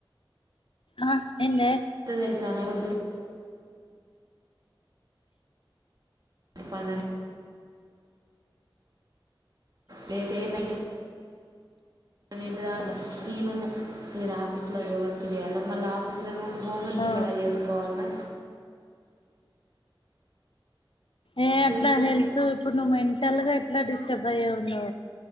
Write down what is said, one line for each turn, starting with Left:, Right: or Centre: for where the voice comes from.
Left: ఆ ఏందే
Right: గ దెలుసానే రొద్దు పనను లేదే నైటూ అదేంటి దాగు ఈనును ఈ ఆఫీస్ ల వర్క్ చేయాల మళ్ళ ఆఫీస్ లో నుండి ఓన్లీ ఇంటికాడ
Left: ఆ
Right: చేసుకోవల్నా
Left: ఏ
Right: చెప్పు
Left: అట్లా హెల్త్ ఇప్పుడు నువ్వు మెంటల్ గా ఎట్లా డిస్టర్బ్ అయ్యవు నో